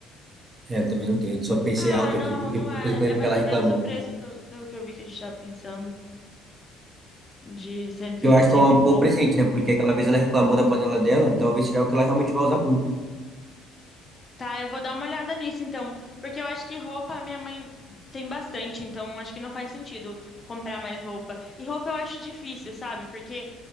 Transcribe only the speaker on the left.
Ah,
não,
não
é.
É
mais
ou
menos o preço, pelo, pelo que eu vi que a gente tava pensando, de cento
e,
cento
e pouco.
Tá, eu vou dar uma olhada nisso então, porque eu acho que roupa a minha mãe tem bastante, então acho que não faz sentido comprar mais roupa. E roupa eu acho difícil, sabe? Porque